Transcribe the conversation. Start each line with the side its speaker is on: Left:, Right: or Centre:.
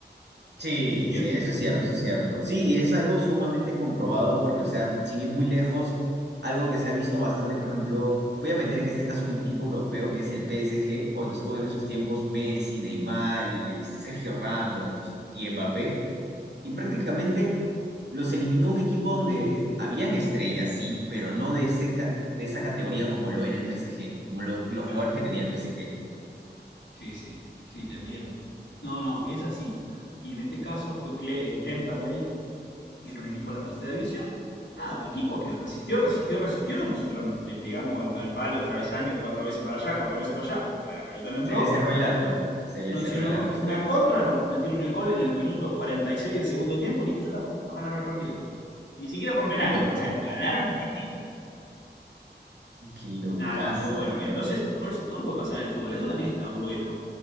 Right: Sí,
Left: ¿Se entiende?
Right: sí, eso es cierto, eso es cierto. Sí, y es algo sumamente comprobado porque, o sea, sin ir muy lejos, algo que se ha visto bastante, por ejemplo, voy a meter en este caso un equipo europeo que es el PSG, cuando estuvo en sus tiempos Messi, Neymar y Sergio Ramos y Mbappé, y prácticamente los eliminó un equipo donde habían estrellas, sí, pero no de ese, ca- de esa categoría como lo era el PSG, como lo- los
Left: Claro.
Right: jugadores que tenía el PSG.
Left: Sí, sí, sí, te entiendo. No, no, es así. Y en este caso fue Cle- eh, Temperley, y era un equipo de la tercera división. Nada, un equipo que resistió, resistió, resistió. Nosotros no- le pegamos al, al palo, al travesaño, cuatro veces para allá, cuatro veces para allá. No, la pelota no entró.
Right: Se le cerró el largo, se le
Left: Nos
Right: cerró
Left: hicieron
Right: el largo,
Left: un- una
Right: usted.
Left: contra, nos metieron el gol en el minuto 46 del segundo tiempo. Listo, ya está. Nos ganaron el partido. Ni siquiera por penales.
Right: Qué loco.
Left: O sea, nos ganaron el partido.
Right: Qué locazo,
Left: Nada, nada, muy bueno.
Right: de verdad.
Left: Entonces, por eso todo puede pasar en el fútbol. Eso también está bueno,